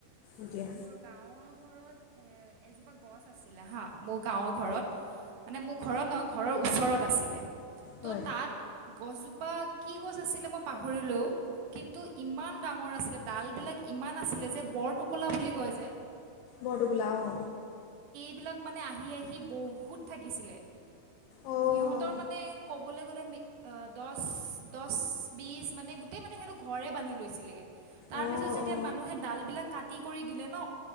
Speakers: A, on the right (about 70°); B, on the left (about 80°).
A: হয়
B: এতিয়া
A: মোৰ গাঁৱৰ ঘৰত হে এজোপা গছ আছিলে হাঁ মোৰ গাঁৱৰ ঘৰত মানে মোৰ ঘৰত নহয় ঘৰৰ ওচৰত বাছিলে ত'
B: হয়
A: তাত গছজোপ ত কি গছ আছিলে মই পাহৰিলে। কিন্তু ইমান ডাঙৰ আছিলে ডালবিলাক ইমান আছিলে যে বৰ কলা বুলি কয় যে
B: বৰটোকোলা অ
A: সেই বিলাক আহি আহি বহোত থাকিচিলে
B: অঁ
A: সিহঁতৰ মানে ক'বলৈ গ'লে মি অ দছ-দছ, বিছ মানে গোটেই মানে সিহতে ঘৰে বান্ধি লৈছিলে গে। তাৰ
B: অঁ
A: পিছত যেতিয়া
B: অঁ
A: মানুহে ডাল বিলাক কাট কি কৰি দিলে ন?